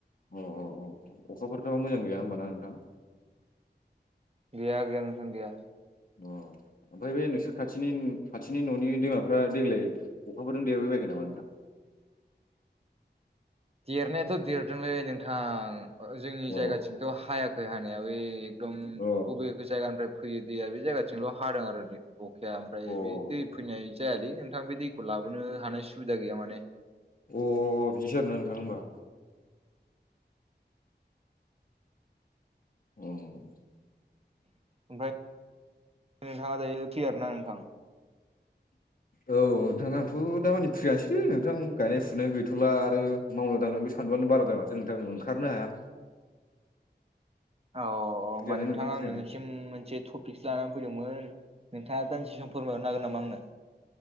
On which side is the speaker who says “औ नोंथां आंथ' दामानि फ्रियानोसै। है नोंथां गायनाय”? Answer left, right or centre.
Left